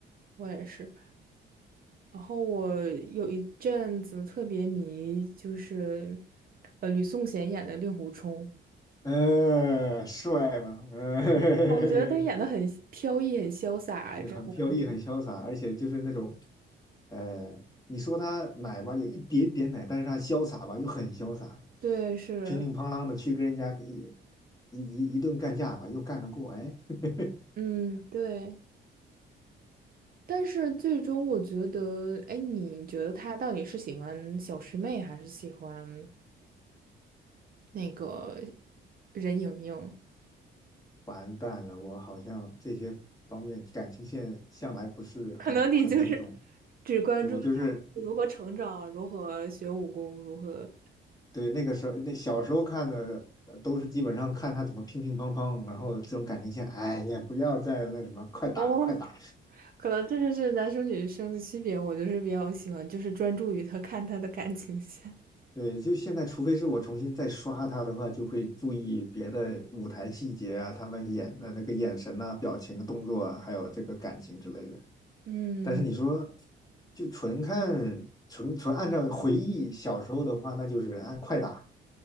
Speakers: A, on the right; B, on the left.
A: 我也是。然后我有一阵子特别迷，就是呃吕颂贤演的令狐冲，
B: 呃，帅嘛，呃，
A: 哦我觉得他演的很飘逸，很潇洒，
B: <laughs> 也很飘逸，
A: 真的。
B: 很潇洒，而且就是那种，呃，你说他奶吧，有一点点奶，但是他潇洒吧，又很潇洒，
A: 对，是，
B: 乒铃乓啷的去跟人家一一一一顿干架吧，又干得过，哎，<laughs>
A: 嗯，对。但是最终我觉得，哎，你觉得他到底是喜欢小师妹，还是喜欢那个任盈盈？
B: 完蛋了，我好像这些方面感情线向来不是很很注重。
A: 可能你就是只关注他如何成长、
B: 对，我就是
A: 如何学武功、如何
B: 对那个时候，那小时候看的呃都是基本上看他怎么乒乒乓乓，然后这种感情线，哎呀，不要再那什么，快打快打。
A: 哦，可能这就是男生女生的区别。我就是比较喜欢，就是专注于他看他的感情线。
B: 对，就现在，除非是我重新再刷他的话，就会注意别的舞台细节啊，他们演的那个眼神呐、表情、动作啊还有这个感情之类的。
A: 嗯
B: 但是你说，就纯看纯纯按照回忆小时候的话，那就是按快打，